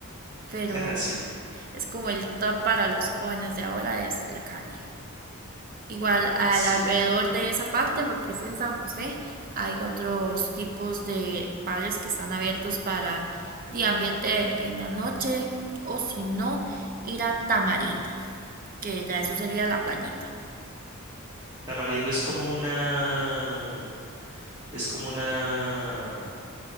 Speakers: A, on the right; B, on the right.
A: pero
B: <laughs> Ajá, Sí,
A: es como el top para los jóvenes de ahora es la Cali. Igual al
B: sí.
A: alrededor de esa parte, porque es en San José, hay otros tipos de bares que están abiertos para de ambiente en la noche o si no, ir a Tamarindo, que ya eso sería la playita.
B: Tamarindo es como una, es como una,